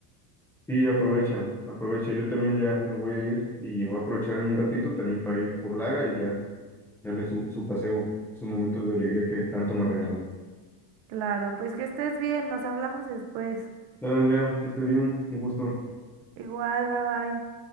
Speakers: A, in the centre; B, on the right.
A: sí, aprovecha, aprovecha. Yo también ya me voy a ir y voy a aprovechar en un ratito también para ir por Laga y ya darle su, su paseo, sus momentos de alegría que tanto me regaló.
B: Claro, pues que estés bien, nos hablamos después.
A: Dale, Andrea, que estés bien, un gusto.
B: Igual, bye bye.